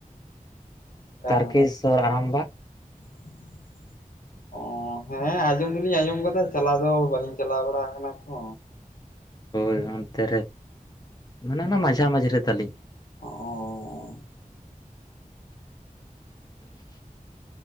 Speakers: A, on the left; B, on the left.
A: ᱚᱱᱠᱟ
B: ᱛᱟᱨᱠᱮᱥᱥᱚᱨ ᱟᱨᱟᱢᱵᱟᱜᱽ ᱾
A: <inaudible> ᱚᱻ ᱦᱮᱸ ᱟᱸᱡᱚᱢ ᱫᱚᱞᱤᱧ ᱟᱸᱡᱚᱢ ᱠᱟᱫᱟ, ᱪᱟᱞᱟᱣ ᱫᱚ ᱵᱟᱹᱞᱤᱧ ᱪᱟᱞᱟᱣ ᱵᱟᱲᱟ ᱠᱟᱱᱟ ᱛᱚ᱾
B: ᱦᱳᱭ ᱚᱱᱛᱮ ᱨᱮ, ᱢᱟᱱᱮ ᱚᱱᱟ ᱢᱟᱡᱷᱟ ᱢᱟᱡᱷᱮ ᱨᱮ ᱛᱟᱞᱤᱧ᱾
A: ᱚᱸᱻ